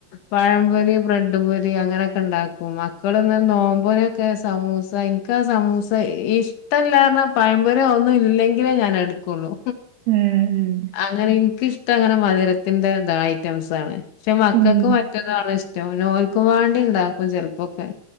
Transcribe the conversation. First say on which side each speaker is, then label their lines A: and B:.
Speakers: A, on the left; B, on the right.
A: പഴംപൊരി ബ്രെഡ് പൊരി അങ്ങനെ ണ്ടാക്കും മക്കളന്ന നോമ്പിനൊക്കെ സമൂസ എനിക്ക് ആ സമൂസ ഇഷ്ടല്ല പഴംപൊരി ഒന്നു ഇല്ലെങ്കിലേ ഞാൻ എടുക്കുള്ളൂ
B: ഉം
A: അങ്ങനെ ഇനിക്കിഷ്ടം അങ്ങനെ മധുരത്തിന്റെതാ ഐറ്റംസ് ആണ് പക്ഷെ മക്കൾക്ക്
B: ഉം ഉം
A: മറ്റതാണ് ഇഷ്ടം നോല്ക്കും വേണ്ടി ഉണ്ടാക്കും ചിലപ്പോക്കെ